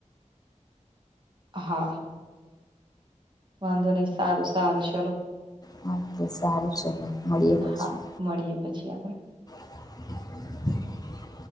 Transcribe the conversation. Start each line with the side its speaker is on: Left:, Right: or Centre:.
Right: હા વાંધો નહીં સારું સારું ચલો
Left: હા તો સારું ચલો મળીએ પછી
Right: હા મળીએ પછી આપણે
Left: <inaudible>